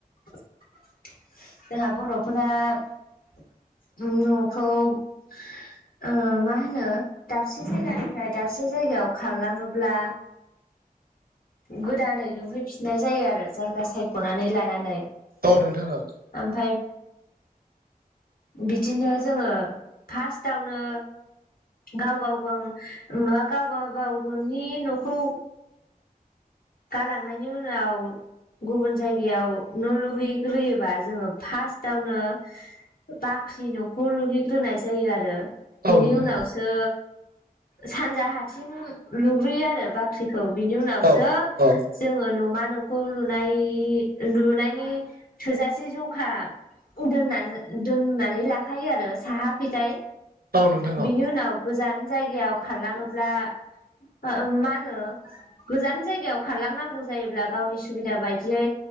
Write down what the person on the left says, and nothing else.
जोंहा बर'फोरा न'खौ ओ मा होनो दाबसे जायगानिफ्राय दाबसे जायगायाव खारलाङोब्ला गोदानै लुहैफिननाय जायो आरो जायगा सायख'नानै लानानै।
ओमफाय बिदिनो जोङो फास्टआवनो गाव गाव गाव मा गावगा बागावनि न'खौ गालांनायनि उनाव गुबुन जायगायाव न' लुहैग्रोयोबा जोङो फास्टआवनो बाख्रि न'खौ लुहैग्रोनाय जायो आरो। बिनि
उनावसो सानजाहाथिं लुग्रोयो आरो बाख ख्रिखौ बिनि उनावसो
जोङो न'मा न'खौ लुनाय लुनायनि थोजासे जखा दोननानो दोननानै लाखायो आरो साहाखैजाय
बिनि
उनाव गोजान जायगायाव खारलाङोब्ला मा मा होनो गोजान जायगायाव खारलांनांगौ जायोब्ला गावनि सुबिदा बायदियै